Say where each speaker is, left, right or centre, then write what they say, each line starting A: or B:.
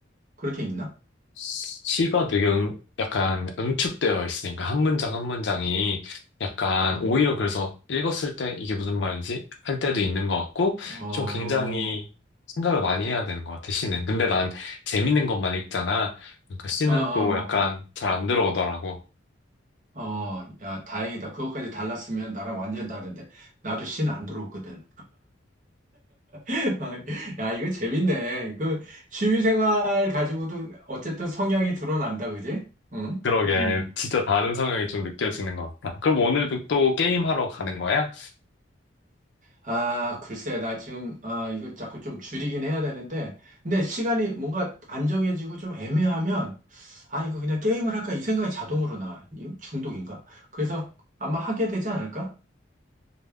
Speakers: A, on the right; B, on the left.
A: 그렇게 읽나?
B: 시가 되게 응- 약간 응축되어 있으니까, 한 문장 한 문장이 약간, 오히려 그래서 읽었을 때 이게 무슨 말이지? 할 때도 있는 것 같고,
A: 어, 어,
B: 좀 굉장히 생각을 많이 해야 되는 것 같아, 시는. 근데 난 재밌는 것만 읽잖아. 그러니까 시는
A: 어,
B: 또 약간 잘 안 들어오더라고.
A: 어, 어, 야, 다행이다. 그것까지 달랐으면 나랑 완전 다른데. 나도 시는 안 들어오거든. <laughs> 야, 이거 재밌네. 그 취미생활 가지고도 어쨌든 성향이 드러난다, 그지? 응?
B: 그러게.
A: 음.
B: 진짜 다른 성향이 좀 느껴지는 것 같다. 그럼 오늘도 또 게임하러 가는 거야?
A: 아, 글쎄, 나 지금, 아, 이걸 자꾸 좀 줄이긴 해야 되는데, 근데 시간이 뭔가 안정해지고 좀 애매하면, 아, 이거 그냥 게임을 할까? 이 생각이 자동으로 나. 이거 중독인가? 그래서 아마 하게 되지 않을까?